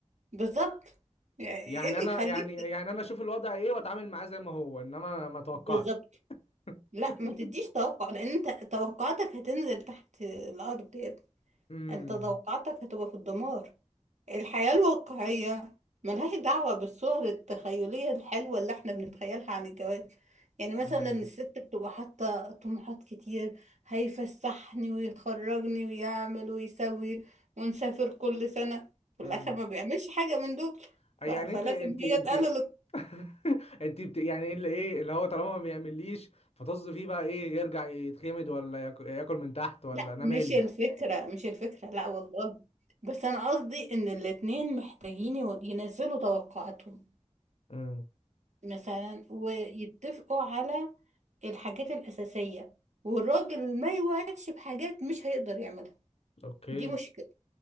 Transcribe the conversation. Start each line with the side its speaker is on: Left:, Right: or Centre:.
Right: بالظبط يعني
Left: يعني
Right: ايه اللي
Left: انا
Right: يخليك
Left: يعني يعني انا اشوف الوضع ايه واتعامل معاه زي ما هو انما ما اتوقعش
Right: بالظبط لا
Left: <laughs>
Right: ما تديش توقع لان انت توقعاتك هتنزل تحت الارض يا ابني
Left: امم
Right: انت توقعاتك هتبقى في الدمار الحياة الواقعية ملهاش دعوة بالصور التخيلية الحلوة اللي احنا بنتخيلها عن الجواز يعني مثلا
Left: امم
Right: الست بتبقى حاطة طموحات كتير هيفسحني ويخرجني ويعمل ويسوي ونسافر كل سنة في
Left: امم
Right: الآخر ما بيعملش حاجة من دول
Left: <laughs> يعني
Right: ف... فلازم
Left: انت انت انت
Right: هي تقلل
Left: <laughs> انت بت... يعني ايه اللي ايه اللي هو طالما ما بيعمليش فطز فيه بقى ايه يرجع يتخمد ولا ياك- ياكل من تحت ولا
Right: لا
Left: انا مالي
Right: مش الفكرة مش الفكرة لا والله بس أنا قصدي إن الاتنين محتاجين يو- ينزلوا توقعاتهم
Left: امم
Right: مثلا ويتفقوا على الحاجات الأساسية والراجل ما يوعدش بحاجات مش هيقدر يعملها
Left: اوكي
Right: دي مشكلة